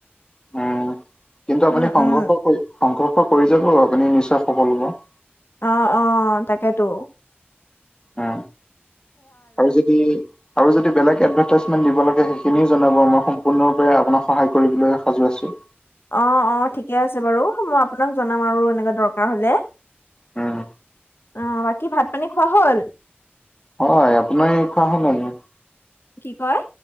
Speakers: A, on the left; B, on the left.
A: উম কিন্তু আপুনি
B: উম
A: সংঘৰ্ষ
B: উম
A: কৰি সংঘৰ্ষ কৰি যাব আপুনি নিশ্চয় সফল হব।
B: অ অ তাকেতো।
A: অ আৰু যদি, আৰু যদি বেলেগ এডভাইতাজমেনট দিব লাগে সেইখিনিও জনাব মই সম্পূৰ্ণ ৰূপে আপোনাক সহায় কৰিবলৈ সাজু আছো।
B: অ অ ঠিকে আছে বাৰু মই আপোনাক জনাম আৰু এনেকুৱা দৰকাৰ হলে।
A: উম উ।
B: অ বাকী ভাত পানী খোৱা হ'ল?
A: হয় আপোনাৰ এই খোৱা হল নে নাই?
B: কি কয়?